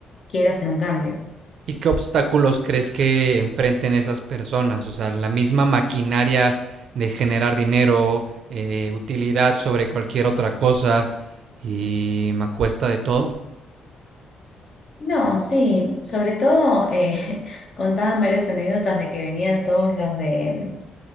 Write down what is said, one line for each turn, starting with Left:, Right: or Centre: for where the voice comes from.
Left: quiere hacer un cambio.
Right: ¿Y qué obstáculos crees que enfrenten esas personas? O sea, la misma maquinaria de generar dinero, eh, utilidad sobre cualquier otra cosa y me cuesta de todo.
Left: No, sí, sobre todo eh, <laughs> contaban varias anécdotas de que venían todos los de mm,